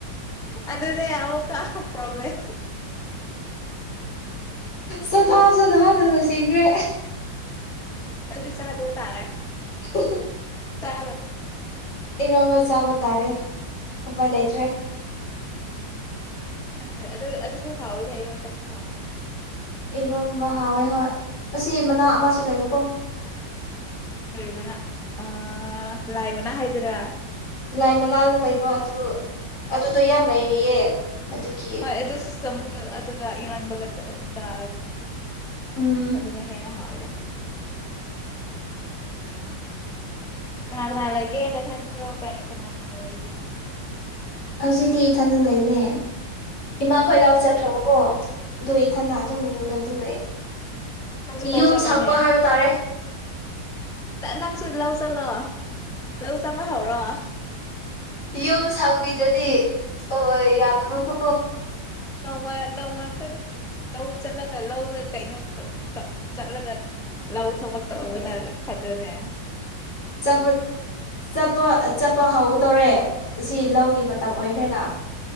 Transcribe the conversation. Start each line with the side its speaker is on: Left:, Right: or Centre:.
Centre: ꯑꯗꯨꯗꯅꯦ ꯑꯃꯨꯛꯀ ꯄ꯭ꯔꯣꯕꯂꯦꯝ
Left: ꯆꯊꯥꯁꯨ ꯅꯍꯥꯟꯅ ꯂꯣꯏꯁꯤꯟꯈ꯭ꯔꯦ
Centre: ꯑꯗꯨꯗꯤ ꯆꯥꯗꯕ ꯇꯥꯔꯦ
Left: ꯍꯨꯝ ꯍꯨꯝ
Centre: ꯇꯥ
Left: ꯏꯔꯣꯝꯕ ꯆꯥꯕ ꯇꯥꯔꯦ ꯎꯄꯥꯏ ꯂꯩꯇ꯭ꯔꯦ
Centre: ꯑ ꯑꯗ ꯑꯗꯨꯁꯨ ꯍꯎꯏ ꯏꯔꯣꯟꯕꯁꯨ ꯍꯥꯎꯋꯦ
Left: ꯏꯔꯣꯝꯕ ꯍꯥꯎꯋꯦ ꯍꯣꯏ ꯑꯁꯤ ꯃꯅꯥ ꯑꯃꯁꯨ ꯂꯩꯕꯀꯣ
Centre: ꯀꯔꯤ ꯃꯅꯥ ꯑ ꯂꯥꯏꯃꯅ ꯍꯥꯏꯗꯨꯔ
Left: ꯂꯥꯏ ꯃꯅꯥꯗ ꯂꯩꯕ ꯑꯗꯨ ꯑꯗꯨꯗꯣ ꯌꯥꯝ ꯂꯩꯔꯤꯌꯦ ꯑꯗꯨꯒꯤ
Centre: ꯍꯣꯢ ꯑꯗꯨꯁꯨ ꯆꯝꯐꯨꯠ ꯑꯗꯨꯒ ꯢꯔꯣꯟꯕꯒ ꯆꯥꯔꯒ
Left: ꯎꯝ
Centre: ꯑꯗꯨꯅ ꯍꯦꯅ ꯍꯥꯏꯕ ꯇꯠ ꯀꯅꯥ ꯀꯅꯥ ꯂꯩꯏꯒꯦ ꯅꯊꯟꯇꯔꯣ ꯀꯅꯥ ꯀꯅꯥ ꯂꯩꯒꯦ
Left: ꯍꯧꯖꯤꯛꯇꯤ ꯏꯊꯟꯗ ꯂꯩꯕꯅꯦ ꯏꯃꯥ ꯈꯣꯏ ꯂꯥꯎ ꯆꯠꯈ꯭ꯔꯕꯀꯣ ꯑꯗꯨ ꯏꯊꯟꯅꯥ ꯑꯗꯨꯝ ꯌꯨꯝꯗ ꯑꯗꯨꯝ ꯂꯩꯌꯦ
Centre: ꯅꯖꯨ ꯂꯥꯎ
Left: ꯌꯨꯝ
Centre: ꯆꯠꯂꯨꯅꯦ
Left: ꯁꯪꯕ ꯍꯥꯏꯕ ꯇꯥꯔꯦ
Centre: ꯅꯪꯁꯨ ꯂꯧ ꯆꯠꯂꯣ ꯆꯠꯄ ꯍꯧꯔꯣ
Left: ꯌꯣꯝ ꯁꯥꯎꯕꯤꯗꯗꯤ ꯑꯣ ꯌꯥ ꯑꯗꯨꯃꯀꯣ
Centre: ꯃꯥ ꯅꯎꯃ ꯈ ꯂꯧ ꯆꯠꯂꯒ ꯂꯧꯗ ꯀꯩꯩꯅꯣꯗ ꯆꯠꯂꯒ ꯂꯧ ꯊꯕꯛ ꯇꯧꯕꯅ ꯐꯠꯇ꯭ꯔꯅꯦ
Left: ꯆꯄ ꯆꯠꯄ ꯆꯠꯄ ꯍꯧꯒ ꯇꯧꯔꯦ ꯁꯤ ꯂꯧꯒꯤ ꯃꯇꯝ ꯑꯣꯏꯈ꯭ꯔꯦꯅ